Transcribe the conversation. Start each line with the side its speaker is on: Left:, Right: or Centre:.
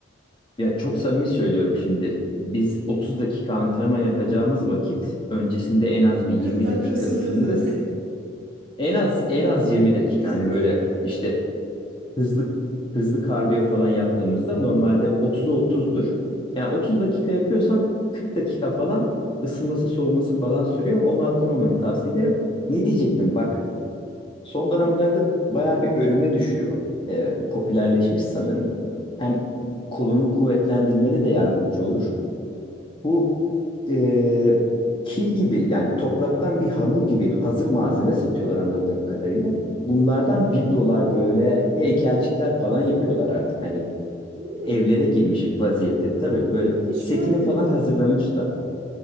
Left: ya çok samimi söylüyorum şimdi biz 30 dakika antrenman yapacağımız vakit öncesinde en az bir 20
Right: kırk dakika
Left: dakika
Right: ısınıyoruz
Left: ısınırız.
Right: değil mi?
Left: En az en az 20
Right: <laughs>
Left: dakika
Right: Ciddi
Left: hani böyle
Right: mi?
Left: işte hızlı hızlı kardiyo falan yaptığımızda normalde 30'a 30'dur. Yani 30 dakika yapıyorsan 40 dakika falan ısınması soğuması falan sürüyor. Onu atlamamanı tavsiye ederim. Ne diyecektim bak Son dönemlerde
Right: Hı hı.
Left: bayağı bir önüme düşüyor. Ee, popülerleşmiş sanırım.
Right: Hı hı.
Left: Hem kolunu kuvvetlendirmede de
Right: Hı
Left: yardımcı
Right: hı.
Left: olur. Bu e, kil gibi yani topraktan bir hamur gibi hazır malzeme satıyorlar anladığım kadarıyla. Bunlardan
Right: Ee?
Left: biblolar böyle heykelcikler falan yapıyorlar artık. Hani
Right: Hmm.
Left: evlere girmiş vaziyette. Tabii böyle
Right: Hiç
Left: setini
Right: görmedim.
Left: falan hazırlamış da.